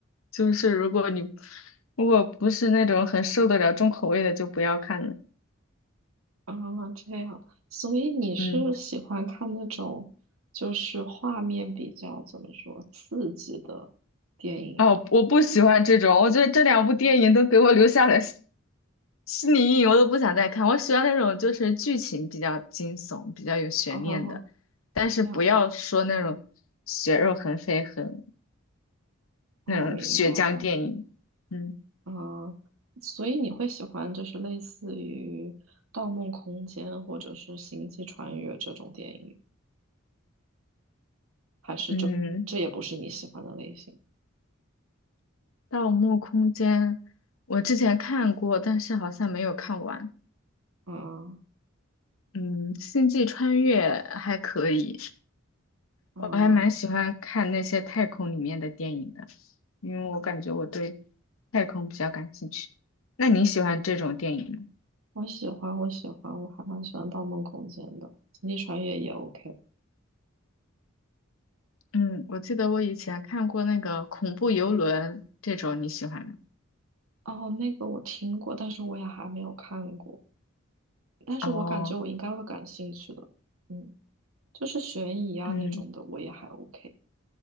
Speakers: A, on the left; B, on the right.
A: 就是如果你如果不是那种很受得了重口味的，就不要看了。
B: 啊，这样，所以你是喜欢看那种就是画面比较怎么说刺激的电影吗？
A: 嗯，哦，我不喜欢这种，我觉得这两部电影都给我留下了心心理阴影，我都不想再看。我喜欢那种就是剧情比较惊悚、比较有悬念的，
B: 哦，
A: 但是不要说那种血肉横飞、
B: 这样，
A: 很
B: 哦，
A: 那种血浆电影。
B: 明白了。
A: 嗯
B: 嗯，所以你会喜欢就是类似于《盗梦空间》或者是《星际穿越》这种电影，还是这这也不是你喜欢的类型？
A: 嗯。《盗墓空间》，我之前看过，但是好像没有看完。
B: 啊
A: 嗯，《星际穿越》还可以，
B: 啊，
A: 我还蛮喜欢看那些太空里面的电影的，因为我感觉我对太空比较感兴趣。那你喜欢这种电影吗？
B: 我喜欢，我喜欢，我还蛮喜欢《盗梦空间》的，《星际穿越》也 OK。
A: 嗯，我记得我以前看过那个恐怖游轮这种，你喜欢吗？
B: 哦，那个我听过，但是我也还没有看过，但是我感觉我应该会感兴趣的。
A: 哦，
B: 嗯，就是悬疑啊那种的，
A: 嗯
B: 我也还 OK。